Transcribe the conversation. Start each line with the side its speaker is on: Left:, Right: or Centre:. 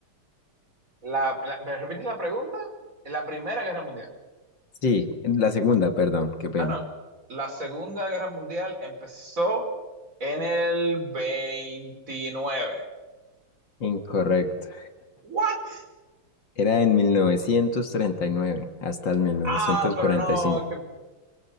Right: La, la- ¿me repites la pregunta? La Primera Guerra Mundial.
Left: Sí, la segunda, perdón, qué pena.
Right: Ah, no. La Segunda Guerra Mundial empezó en el 29.
Left: Incorrecto.
Right: ¿What?
Left: Era en 1939 hasta el mil novecientos
Right: Ah, pero
Left: cuarenta
Right: no,
Left: y cinco.
Right: es que